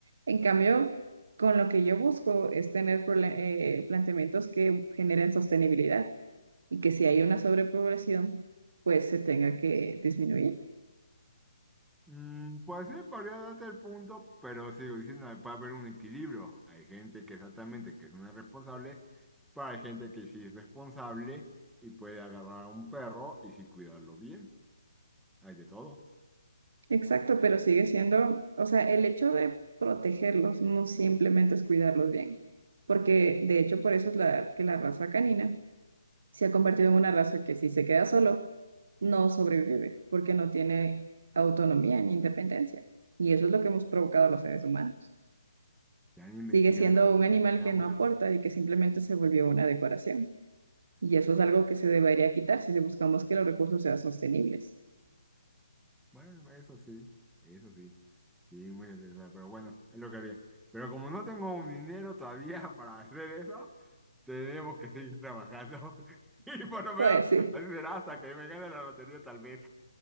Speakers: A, on the right; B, in the centre.
A: En cambio, con lo que yo busco es tener prole- eh, planteamientos que generen sostenibilidad y que si hay una sobrepoblación, pues se tenga que disminuir.
B: Mm, pues sí, podría darte el punto, pero sigo diciendo, puede haber un equilibrio. Hay gente que exactamente que es una responsable, pero hay gente que sí es responsable y puede agarrar a un perro y sí cuidarlo bien. Hay de todo.
A: Exacto, pero sigue siendo, o sea, el hecho de protegerlos no simplemente es cuidarlos bien, porque de hecho por eso es la, que la raza canina se ha convertido en una raza que si se queda solo, no sobrevive porque no tiene autonomía ni independencia. Y eso es lo que hemos provocado a los seres humanos.
B: Ya ni me
A: Sigue
B: digas,
A: siendo
B: la verdad
A: un animal
B: que sí me da
A: que no
B: mucha
A: aporta
B: tristeza.
A: y que simplemente se volvió una decoración. Y eso
B: Eh,
A: es algo que se debería quitar si buscamos que los recursos sean sostenibles.
B: bueno, eso sí, eso sí, sí, mucha tristeza, pero bueno, es lo que haría. Pero como no tengo un dinero todavía <laughs> para hacer eso, tenemos que seguir trabajando. <laughs> Y por lo
A: Pues
B: menos
A: sí,
B: así será hasta que me gane la lotería tal vez.